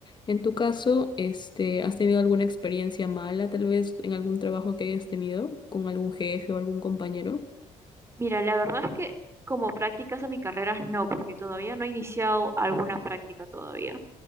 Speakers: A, on the left; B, on the right.
A: En tu caso, este, ¿has tenido alguna experiencia mala, tal vez en algún trabajo que hayas tenido con algún jefe o algún compañero?
B: Mira, la verdad es que como prácticas a mi carrera no, porque todavía no he iniciado alguna práctica todavía.